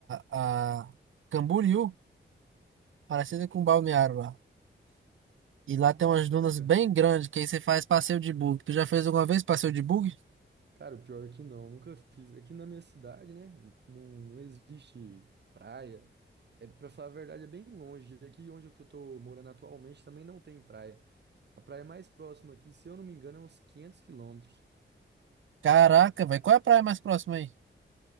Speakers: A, on the right; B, on the right.
A: ah, Camboriú, parecida com Balneário lá. E lá
B: que bacana,
A: tem umas dunas
B: cara.
A: bem grandes, que aí você faz passeio de bug. Tu já fez alguma vez passeio de bug?
B: Cara, o pior é que não, nunca fiz. Aqui na minha cidade, né? Não, não existe praia. É, pra falar a verdade, é bem longe. Aqui onde eu que eu tô morando atualmente também não tem praia. A praia mais próxima aqui, se eu não me engano, é uns 500 quilômetros.
A: Caraca, velho, qual é a praia mais próxima aí?